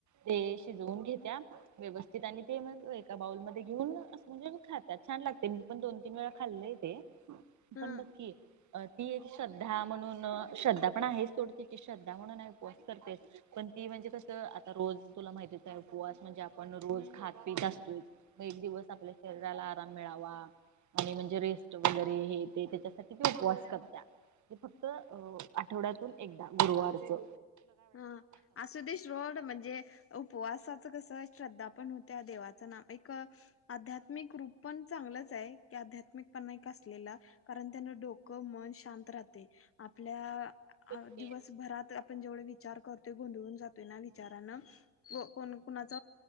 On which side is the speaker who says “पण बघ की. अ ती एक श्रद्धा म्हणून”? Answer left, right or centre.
Right